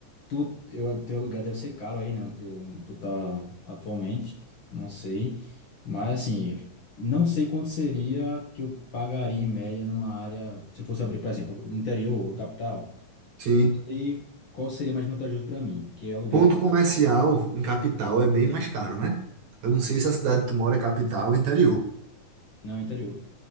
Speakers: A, on the left (about 45°); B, on the right (about 65°).
A: Tu, eu, teu aluguel deve ser caro aí, né? onde Tu, tu tá atualmente, não sei. Mas, assim, não sei quanto seria que eu pagaria em média numa área, se eu fosse abrir, por exemplo, no interior, no capital.
B: Sim.
A: Eu não sei qual seria mais vantajoso para mim, que é aluguel
B: Ponto comercial em capital é bem mais caro, né? Eu não sei se a cidade que tu mora é capital ou interior.
A: no interior.